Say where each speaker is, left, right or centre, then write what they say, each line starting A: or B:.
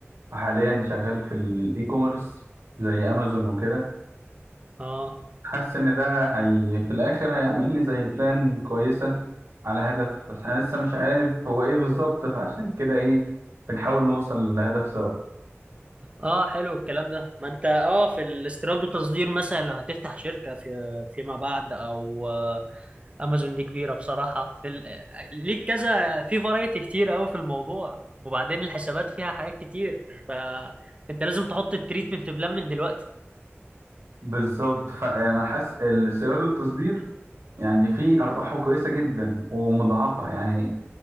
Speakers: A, on the right (about 70°); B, on the right (about 25°).
A: وحاليا شغال في الاي كوميرس زي امازون وكده
B: اه
A: حاسس ان ده هي في الاخر هيعمل لي زي بلان كويسه على هدف بس انا لسه مش عارف هو ايه بالظبط فعشان كده ايه بنحاول نوصل لهدف سوا
B: اه حلو الكلام ده ما انت اه في الاستيراد والتصدير مثلا لو هتفتح شركة في فيما بعد او آه، امازون دي كبيره بصراحه في ال... ليك كذا في فرايتي كتير قوي في الموضوع وبعدين الحسابات فيها حاجات كتير فانت لازم تحط التريتمنت بلان من دلوقتي
A: بالظبط فانا حاسس السيراد والتصدير يعني في أرباحه كويسة جدا ومضاعفة يعني